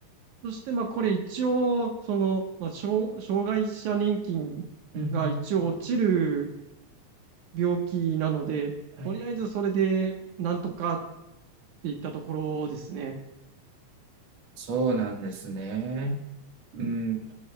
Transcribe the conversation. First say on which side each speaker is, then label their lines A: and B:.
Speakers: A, on the right; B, on the right.
A: そして、まあ、これ一応、その、まあ、障、障害者年金が一応落ちる
B: うん、うん。
A: 病気なので、
B: はい。
A: とりあえずそれで、なんとかっていったところですね。
B: そうなんですね。うん